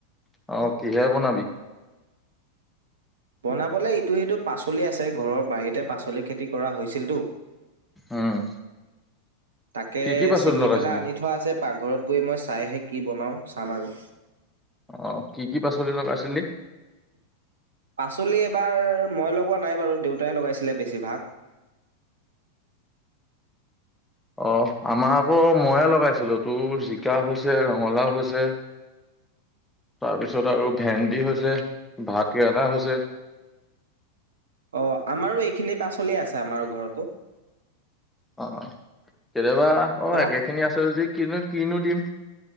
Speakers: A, in the centre; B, on the right.
A: অ কিহে বনাবি
B: বনাবলৈ ইটো সিটো পাচলি আছে ঘৰৰ বাৰীতে পাচলি খেতি কৰা হৈছিলতো।
A: উম
B: তাকে
A: কি কি পাচলি
B: ছিঙি
A: লগাইছিলি
B: পেলাই আনি থোৱা আছে পাকঘৰত গৈ মই চাইহে কি বনাওঁ, চাম আৰু।
A: অহ, কি কি পাচলি লগাইছিলি?
B: পাচলি এবাৰ মই লগোৱা নাই বাৰু দেউতাই লগাইছিলে বেছিভাগ।
A: অহ, আমাৰ আকৌ ময়ে লগাইছিলো। তোৰ জিকা হৈছে, ৰঙালাও হৈছে, তাৰপিছত আৰু ভেন্দি হৈছে, ভাত কেৰেলা হৈছে।
B: অ আমাৰো এইখিনি পাচলি আছে আমাৰ ঘৰতো।
A: অ অ কেতিয়াবা অ
B: তহ
A: একে খিনি আছে যদি কিনো কিনো দিম?